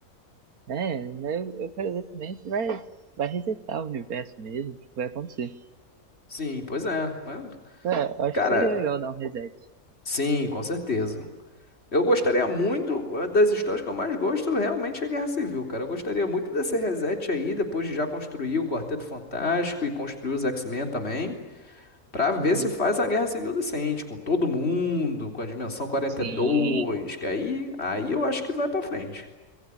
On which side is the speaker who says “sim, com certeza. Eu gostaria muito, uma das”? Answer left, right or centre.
Left